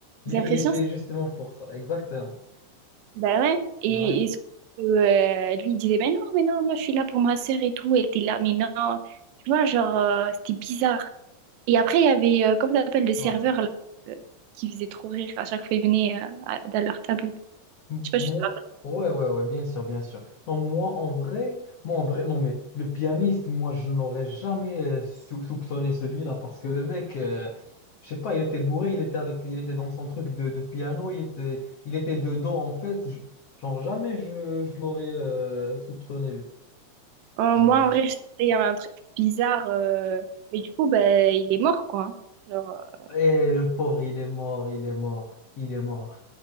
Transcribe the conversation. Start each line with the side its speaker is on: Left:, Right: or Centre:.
Left: Lui,
Right: J'ai l'impression,
Left: il est fait
Right: c'est-
Left: justement pour ça. Exactement.
Right: ben ouais. Et,
Left: Ouais,
Right: et surtout, euh, lui, il disait, mais non, mais non, moi, je suis là pour ma sœur et tout. Elle était là, mais non. Tu vois, genre, euh, c'était bizarre. Et après, il y avait, euh, comment ça s'appelle, le serveur,
Left: ouais.
Right: là, euh, qui faisait trop rire à chaque fois il venait euh, à- dans leur table.
Left: M-
Right: Je sais pas,
Left: Moi,
Right: je te rappelle.
Left: ouais, ouais, ouais, bien sûr, bien sûr. Non, moi, en vrai, moi, en vrai, non, mais le pianiste, moi, je n'aurais jamais euh, sou- soupçonné celui-là parce que le mec, euh, je sais pas, il était bourré, il était avec, il était dans son truc de, de piano, il était, il était dedans, en fait. Je- genre, jamais je, je l'aurais euh, soupçonné, lui.
Right: Euh,
Left: Ouais.
Right: moi, en vrai, je sentais qu'il y avait un truc bizarre. euh, Mais du coup, ben, il est mort, quoi. Genre, euh,
Left: Et le pauvre, il est mort, il est mort, il est mort,